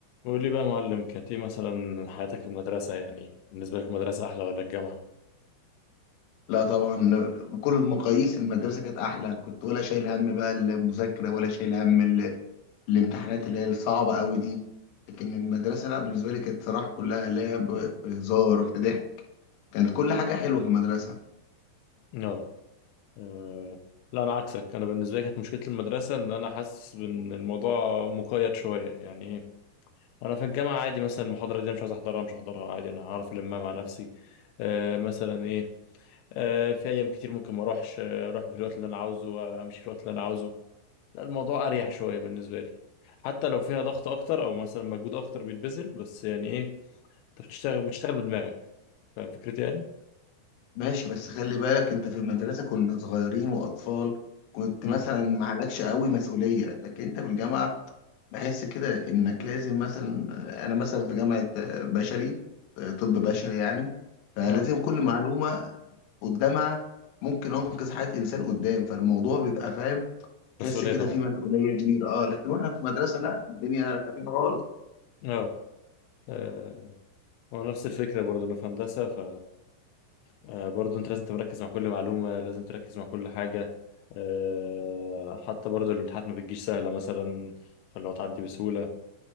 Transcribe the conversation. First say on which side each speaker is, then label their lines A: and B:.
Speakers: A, on the left; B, on the left.
A: قول لي بقى يا معلم كانت ايه مثلا حياتك في المدرسة يعني بالنسبة لك المدرسة أحلى ولا الجامعة؟
B: لا طبعا بكل المقاييس المدرسة كانت أحلى كنت ولا شايل هم بقى المذاكرة ولا شايل هم ال- الامتحانات اللي هي الصعبة قوي دي لكن المدرسة لا بالنسبة لي كانت صراحة كلها لعب في هزار في ضحك كانت كل حاجة حلوة في المدرسة
A: اه آه، لا أنا عكسك أنا بالنسبة لي كانت مشكلة المدرسة إن أنا حاسس إن الموضوع مقيد شوية يعني إيه أنا في الجامعة عادي مثلا المحاضرة دي أنا مش عايز أحضرها مش هحضرها عادي أنا هعرف ألمها مع نفسي آه مثلا إيه آه في أيام كتير ممكن ما أروحش آه، أروح في الوقت اللي أنا عاوزه آه، أمشي في الوقت اللي أنا عاوزه لا، الموضوع أريح شوية بالنسبة لي حتى لو فيها ضغط أكتر أو مثلا مجهود أكتر بيتبذل بس يعني إيه انت بتشتغل بتشتغل بدماغك فاهم فكرتي يعني؟
B: ماشي بس خلي بالك أنت في المدرسة كنا صغيرين وأطفال كنت
A: امم
B: مثلا معلكش قوي مسؤولية لكن أنت في الجامعة بحس كده إنك لازم مثلا أنا مثلا في جامعة بشري طب بشري يعني فلازم
A: اه
B: كل معلومة قدامها ممكن انقذ حياه انسان قدام فالموضوع بيبقى فاهم تحس
A: مسؤولية
B: كده
A: طبعا
B: في مسؤوليه كبيره اه لكن واحنا في المدرسه لا الدنيا خفيفه خالص
A: اه آه، ونفس الفكرة برضه أنا في هندسة ف آه، برضه أنت لازم تركز مع كل معلومة لازم تركز مع كل حاجة آه، حتى برضه الامتحانات ما بتجيش سهلة مثلا فلو تعدي بسهولة